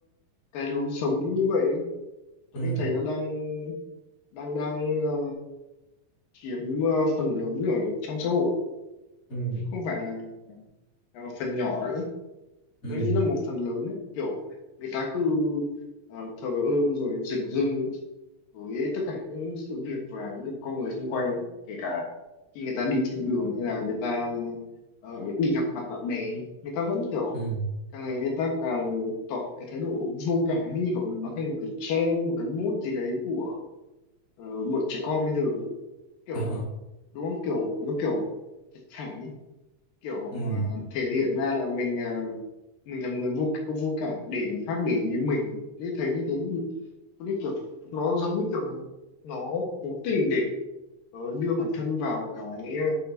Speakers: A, on the left; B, on the left.
A: cái lối sống như vậy ấy, Tuấn
B: ừ
A: Huy thấy nó đang đang đang ờ, chiếm ờ, phần lớn ở trong xã hội
B: ừ
A: chứ không phải là là phần nhỏ nữa ấy.
B: ừ
A: tôi nghĩ là một phần lớn ấy. kiểu người ta cứ uh, thờ ơ rồi dửng dưng với tất cả những sự việc và những con người xung quanh kể cả khi người ta đi trên đường hay là người ta ờ, đi gặp mặt bạn bè người ta vẫn kiểu
B: ừ
A: càng ngày người ta càng tỏ cái thái độ vô cảm ấy như kiểu nó thành một cái trend một cái mốt gì đấy của ờ, bọn trẻ con bây giờ ấy. kiểu
B: Ờ.
A: đúng không kiểu nó kiểu thẳng ấy, kiểu
B: ừ
A: à, thể hiện ra là mình à, mình là một người vô có vô cảm để người khác để ý đến mình thế thấy như thế có cái kiểu nó giống như kiểu là nó cố tình để ờ, đưa bản thân vào cái ờ,